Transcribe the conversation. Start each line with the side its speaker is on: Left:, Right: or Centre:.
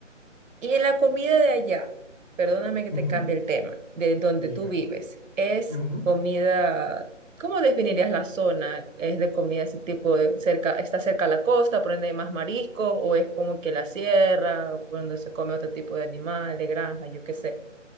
Right: Y en la comida de allá, perdóname que
Left: Ujú,
Right: te cambie el tema, de donde
Left: Dime.
Right: tú vives, es
Left: Ujú.
Right: comida, ¿cómo definirías la zona? ¿Es de comida así tipo de cerca, está cerca a la costa, por ende hay más mariscos, o es como que la sierra, por donde se come otro tipo de animal, de granja, yo qué sé?